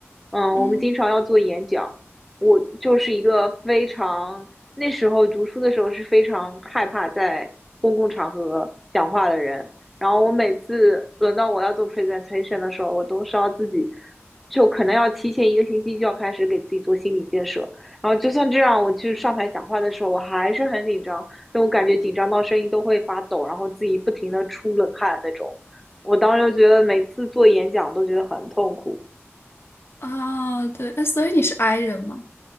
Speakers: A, in the centre; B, on the left.
A: 嗯，
B: 嗯，
A: 我们经常要做演讲。我就是一个非常，那时候读书的时候是非常害怕在公共场合讲话的人。然后我每次轮到我要做 presentation 的时候，我都是要自己，就可能要提前一个星期就要开始给自己做心理建设。然后就算这样，我去上台讲话的时候，我还是很紧张，因为我感觉紧张到声音都会发抖，然后自己不停的出冷汗那种。我当时就觉得每次做演讲都觉得很痛苦。
B: <laughs> 啊，对，哎，所以你是 I 人吗？